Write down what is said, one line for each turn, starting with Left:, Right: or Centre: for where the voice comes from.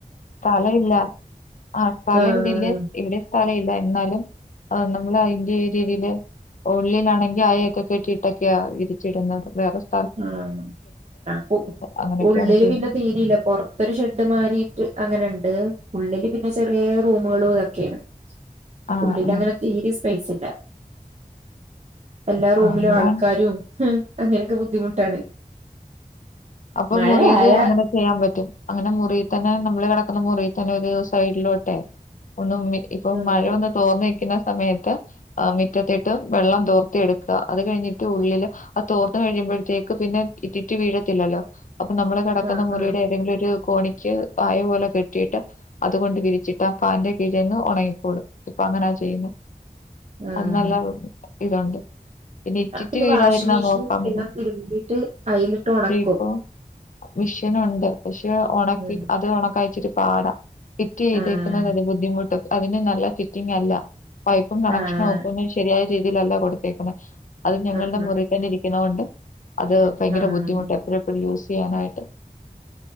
Left: സ്ഥല ഇല്ല ആ സ്ഥലം
Right: ആഹ്
Left: ഇവിടെല്ല ഇവിടെ സ്ഥല ഇല്ല എന്നാലും നമ്മള് അയ് <unintelligible> രീതിയില് ഉള്ളിലാണെങ്കി അയക്കെ കെട്ടിയിട്ടൊക്കെയ വിരിച്ചിട്ന്നത് വേറെ സ്
Right: ആ അപ്പൊ
Left: അങ്ങനെയൊക്കെയാണ്
Right: ഉള്ളില്
Left: ചെയ്യുന്നത്
Right: പിന്നെ തീരില്ല പൊറത്തൊരു ഷെഡ് മാരിട്ട് അങ്ങനെണ്ട് ഉള്ളില് പിന്നെ ചെറിയ റൂമുകളുതൊക്കെയാണ്
Left: ആ
Right: ഉള്ളില്
Left: ആ
Right: അങ്ങനെ തീരെ സ്പൈസ് ല്ലാ എല്ലാ റൂമിലും
Left: അങ്ങനാണ്
Right: ആൾക്കാരും അങ്ങനെ ക്ക് ബുദ്ധിമുട്ടാണ്
Left: അപ്പൊ
Right: മഴയായ
Left: മുറില് അങ്ങനെ ചെയ്യാൻ പറ്റും അങ്ങനെ മുറ് റി തന്നെ നമ്മള് കിടക്കുന്ന മുറിത്തന്നെ ഒരു സൈഡിലോട്ടെ ഒന്ന് ഉമ്മി ഇപ്പൊ
Right: ആഹ്
Left: മഴയൊന്ന് തോറ്ന്നിക്ക്ന്ന സമയത്ത് മിറ്റത്തിട്ട് വെള്ളം തോർത്തി എട്ക്കാ അത് കഴിഞ്ഞിട്ട് ഉള്ളില് അത് തോർന്ന് കഴിയുമ്പോഴത്തേക്ക് പിന്നെ ഇറ്റിറ്റ് വീഴത്തില്ലല്ലോ അപ്പൊ നമ്മള് കേടക്ക്ന്ന
Right: ആഹ്
Left: മുറിയുടെ
Right: ആഹ്
Left: ഏതെങ്കിലും ഒരു കോണിക്ക് അയ പോലെ കെട്ടിയിട്ട് അതുകൊണ്ട് വിരിച്ചിട്ട് ആ ഫാന്റെ കീഴിൽന്ന് ഒണങ്ങിക്കോളും. ഇപ്പങ്ങനാ ചെയ്യുന്നെ
Right: ആഹ്
Left: അന്നല്ലാ <unintelligible> ഇതുണ്ട് ഇറ്റിറ്റ്
Right: പിന്നെ
Left: വീഴാതിരുന്നാ
Right: വാഷിംഗ് മെഷീൻ
Left: നോക്കാൻ പറ്റും.
Right: എല്ലാം തിരുമ്പിട്ട് അയിലിട്ട് ഒണക്കും
Left: ഇപ്പൊ മിഷ്യനുണ്ട് പക്ഷെ ഒണക്കി
Right: ഉം
Left: അത് ഒണക്കാ ഇച്ചിരി പാട ഇറ്റി <unintelligible>
Right: ആഹ്
Left: ക്കുന്നത് ഒര് ബുദ്ധിമുട്ടും അതിന് നല്ല ഫിറ്റിങ് അല്ല പൈപ്പും കണക്ഷനും
Right: ആഹ്
Left: ഒക്കെ ഒന്ന് ശരിയായി രീതിയിലല്ല കൊടുത്തേക്ക്ണേ അത് ഞങ്ങളുടെ
Right: ആഹ്
Left: മുറിയിൽ തന്നെ ഇരിക്കുന്തൊണ്ട് അത് ഭയങ്കര
Right: ആഹ് ആഹ്
Left: ബുദ്ധിമുട്ടാ എപ്പയും യൂസ് ചെയ്യാനായിട്ട്